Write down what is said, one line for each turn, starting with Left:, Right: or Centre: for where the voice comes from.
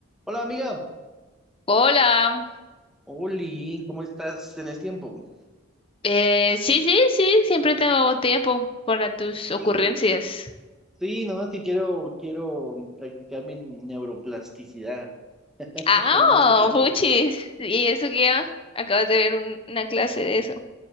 Centre: Hola amiga,
Left: Hola,
Centre: Oli, ¿cómo estás? ¿Tenés tiempo?
Left: eh, sí, sí, sí, siempre tengo tiempo para tus
Centre: Uy,
Left: ocurrencias.
Centre: Sí, no, es que quiero, quiero practicar mi neuroplasticidad <laughs>
Left: Ah,
Centre: como unos ejercicios.
Left: oh, puchis. ¿Y eso qué? Acabas de ver un- una clase de eso